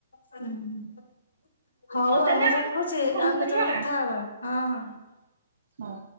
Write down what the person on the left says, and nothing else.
<unintelligible> ହଉ
ଆଉ ହଉ ରଖୁଚି
ଆଉ କେତେବେଳେ
କଥା
ହବା ହଁ ହଁ।